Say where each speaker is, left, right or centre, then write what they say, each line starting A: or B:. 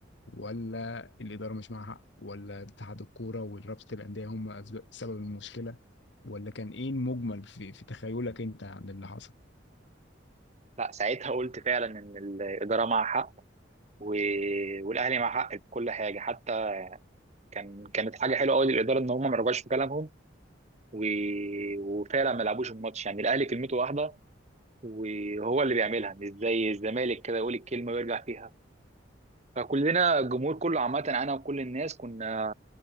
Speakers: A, on the left; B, on the right.
A: ولا الاداره مش معاها حق ولا اتحاد الكوره ورابطه الانديه هم أسب- سبب المشكله ولا كان ايه المجمل في في تخيلك انت عن اللي حصل
B: لا ساعتها قلت فعلا ان الاداره مع حق و... والاهلي مع حق في كل حاجه حتى كان كانت حاجه حلوه قوي للاداره ان هم ما رجعوش في كلامهم و... وفعلا ما لعبوش الماتش يعني الاهلي كلمته واحده وهو اللي بيعملها مش زي الزمالك كده يقول الكلمه ويرجع فيها فكلنا الجمهور كله عامة أنا وكل الناس كنا